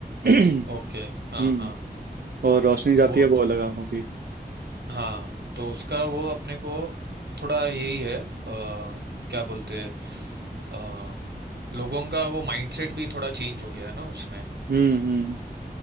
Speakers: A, on the right; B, on the right.
A: <clears throat>
B: ओके
A: हम्म
B: हाँ हाँ
A: और रोशनी जाती
B: वो
A: है
B: तो
A: वो अलग आंखों की
B: हाँ तो उसका वो अपने को थोड़ा यही है अ, क्या बोलते हैं अ, लोगों का वो माइंडसेट भी थोड़ा चेंज हो गया है ना उसमें
A: हम्म हम्म